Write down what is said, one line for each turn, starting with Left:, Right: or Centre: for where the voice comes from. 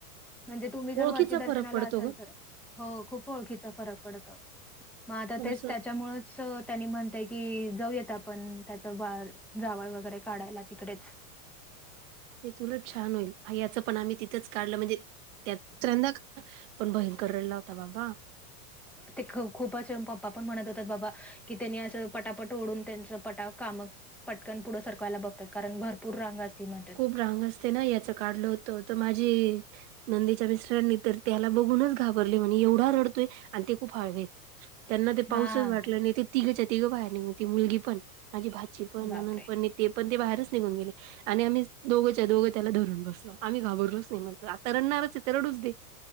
Centre: म्हणजे तुम्ही जर
Right: ओळखीचा
Centre: वरती दर्शनाला
Right: फरक पडतो
Centre: असाल
Right: ग
Centre: तर. हो खूप ओळखीच तर फरक पडतो. म आता
Right: पण
Centre: तेच
Right: असं
Centre: त्याच्या त्यामुळेच त्यांनी म्हणताय की जाऊयात आपण. त्याचा वार जावळ वगैरे काढायला तिकडेच.
Right: तेच उलट छान होईल. भैयाचं पण आम्ही तिथंच काढलं. म्हणजे त्या <unintelligible> पण भयंकरडला होता बाबा.
Centre: ते ख खूपचेन पप्पा पण म्हणत होतात बाबा. कि त्यांनी असं पटापट ओढून त्यांच पटा काम पटकन पुढं सरकवायला बघतात. कारण भरपूर रांग असती मध्ये.
Right: खूप रांग असते ना. याच काढल होतं तर माझी नंदेच्या मिस्टरानी तर त्याला बघूनच घाबरले, म्हनी एवढा रडतोय. आणि ते खूप हळवेत. त्यांना ते पाहूसच
Centre: हा
Right: वाटलं नाही. ते तिघेच्या तिघं बाहेर नीघ, ती मुलगी पण. माझी भाजी पण,
Centre: बापरे!
Right: नणंद पण. ते पण ते बाहेरच निघून गेले आणि आम्ही दोघच्या दोघं त्याला धरून बसलो. आम्ही घाबरलोच नाही. म्हटलं आता रडणारच आहे तर रडूच दे.